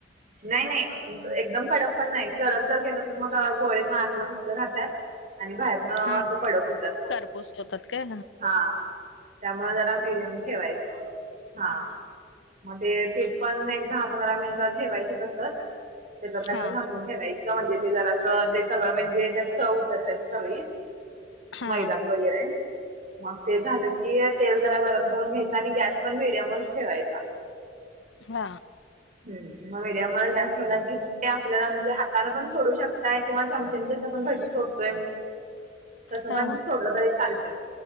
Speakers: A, on the right (about 45°); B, on the left (about 75°).
A: नाही नाही एकदम कडक पण नाही. कडक जर केलं, तर मग गोळे मग आतनं कच्चे राहतात. आणि बाहेरन असं
B: हा
A: कडक होत्यात मग
B: कारपूस होतात काय
A: हा. त्यामुळे जरा मीडियम ठेवायचं हा. मग ते पीठपण एक दहा पंधरा मिनिटं ठेवायचं तसंच. त्याच्यावर काहीतर
B: हा
A: झाकून ठेवायचं म्हणजे ते जरासं तेे सगळं म्हणजे त्यात चव उतरत्या सगळी.
B: हा
A: मैदात वगैरे मग, ते झालं की तेल जरा गरम करून घ्यायच आणि गॅस पण मीडियमच ठेवायचा.
B: हा.
A: हम्म. मग मीडियमवर गॅस ठेवला की ते आपल्याला म्हणजे हाताने पण सोडू शकताय किंवा चमचेने जसं आपण भजी सोडतोय <unintelligible> तस
B: हा
A: पण थोडलं तरी चालतंय.